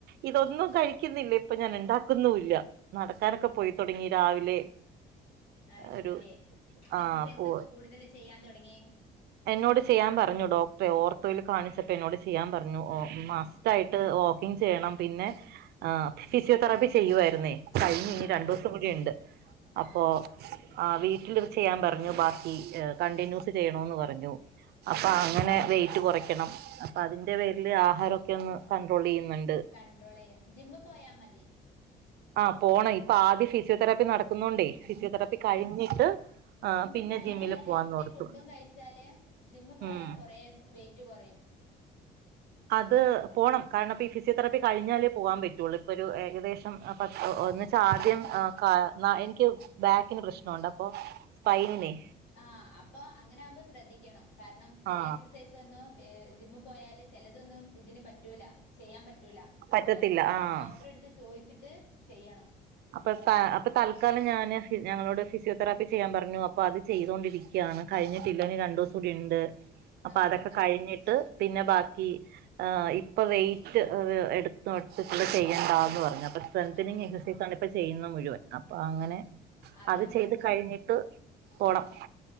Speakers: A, on the right; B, on the left.
A: ഇതൊന്നും കഴിക്ക ക്കിന്നില്ല ഇപ്പൊ ഞാൻ ഉണ്ടാക്കുന്നുല്ല നടക്കാനൊക്കെ പോയി തൊടങ്ങി രാവിലെ
B: അയ്ശരി
A: ഒരു ആ
B: എക്സസൈസ
A: പോ
B: ഒക്കെ കൂടുതല്ചെയ്യാൻ തൊടങ്ങി
A: എന്നോട് ചെയ്യാൻ പറഞ്ഞു ഡോക്ടറെ ഓർത്തോയിൽ കാണിച്ചപ്പോ എന്നോട് ചെയ്യാൻ പറഞ്ഞു ഒ മസ്റ്റആയി
B: ഉം
A: ട്ട് വോക്കിങ് ചെയ്യണം പിന്നെ ഫിസിയോതെറാപ്പി ചെയ്യുആരുന്നേ കഴിഞ്ഞീ
B: ആഹ്
A: ഇനി രണ്ടു ദിവസം കൂടി ഉണ്ട് അപ്പോ
B: ആഹ്
A: ആ വീട്ടിൽത് ചെയ്യാൻ പറഞ്ഞു ബാക്കി കണ്ടിന്യൂസ് ചെയ്യണന്ന് പറഞ്ഞു അപ്പൊ അങ്ങനെ
B: ഫിസ്
A: വെയിറ്റ് കുറയ്ക്കണം അപ്പ അതിൻന്റെ പേരില് ആഹാരമൊക്കെ ഒന്ന് കണ്ട്രോൾ ചെയ്യുന്നുണ്ട്
B: കൺണ്ട്രോൾ ചെയ്യാൻ ജിമ്മി പോയാൽ മതി
A: ആഹ് പോണം ഇപ്പൊ ആദ്യം ഫിസിയോതെറാപ്പി നടക്കുന്നുണ്ടേ ഫിസിയോതെറാപ്പി കഴിഞ്ഞിട്ട് ആ
B: ജിമ്മിൽ
A: പിന്നെ
B: പോയാ
A: ജിമ്മില്
B: നല്ല
A: പോവാന്നോർത്തു
B: ഹെൽത്തി ഫുഡും കഴിച്ചാല് ജിമ്മി പോയാ
A: ഉം
B: കൊറെ വെയിറ്റ് കൊറയും.
A: അത് പോണം കാരണം ഇപ്പ ഈ ഫിസിയോതെറാപ്പി കഴിഞ്ഞാലേ പോകാൻ പറ്റുള്ളൂ ഇപ്പൊ ഒരു ഏകദേശം ഒന്നിച്ചാദ്യം ആ ക ന എനിക്ക് ബാക്കിന് പ്രശ്നുണ്ട് അപ്പൊ പൈനിനെ
B: ആഹ് അപ്പൊ അങ്ങനെ ആകുമ്പോ ശ്രദ്ധിക്കണം കാരണം ചില
A: ആ
B: എക്സസൈസ് ന്നും എഹ് ജിമ്മ് പോയാല് ചിലതൊന്നും ഇതിന് പറ്റൂല ചെയ്യാൻ പറ്റൂല
A: പറ്റത്തില്ല
B: അപ്പൊ ഒക്കെ
A: ആ
B: ഡോക്ടറെടുത്ത് ചോദിച്ചിട്ട് ചെയ്യണം
A: അപ്പൊ ത അപ്പൊ തൽക്കാലം ഞാന് ഞങ്ങളോട് ഫിസിയോതെറപ്പി ചെയ്യാൻ പറഞ്ഞു അപ്പൊ അത് ചെയ്തോണ്ടിരിക്ക ക്കാണ് കഴിഞ്ഞിട്ടില്ല നി രണ്ടു ദിവസം കൂടി ഉണ്ട് അപ്പൊ
B: ആഹ്
A: അതൊക്കെ കഴിഞ്ഞിട്ട് പിന്നെ ബാക്കി ഇപ്പൊ വെയ്റ്റ് എടുത്തട്ടട്ടുള്ള ചെയ്യണ്ടാന്ന് പറഞ്ഞ സ്ട്രെതനിങ്
B: ആഹ്
A: എക്സസൈസാണ് ഇപ്പൊ ചെയ്യുന്ന മുഴുവൻ അപ്പൊ അങ്ങനെ
B: ആഹ് അതാകുമ്പോ
A: അത് ചെയ്ത് കഴിഞ്ഞിട്ട് പോണം